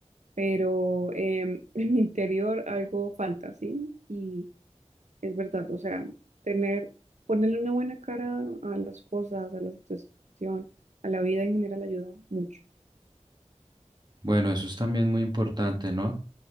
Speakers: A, on the right; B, on the right.
A: pero em, <laughs> en mi interior algo falta, sí, y es verdad, o sea, tener, ponerle una buena cara a las cosas, a la situación, a la vida en general ayuda mucho.
B: Bueno, eso es también muy importante, ¿no?